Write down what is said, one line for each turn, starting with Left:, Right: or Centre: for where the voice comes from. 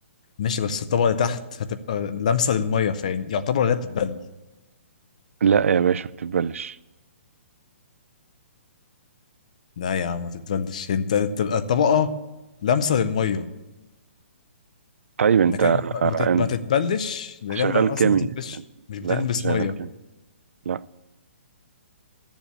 Left: ماشي بس الطبقة اللي تحت هتبقى لامسة للمية فين يعتبر لا تتبل
Right: لا يا باشا بتتبلش
Left: لا يا عم ما تتبلش انت تبقى الطبقة لامسة للمية
Right: طيب انت
Left: لكن ما ما تت-
Right: انت
Left: ما تتبلش لان
Right: شغال
Left: هي ما-
Right: كيمياء
Left: اصلا ما بتلبسش مش بتلمس
Right: لا انت شغال
Left: مية
Right: كيمياء لا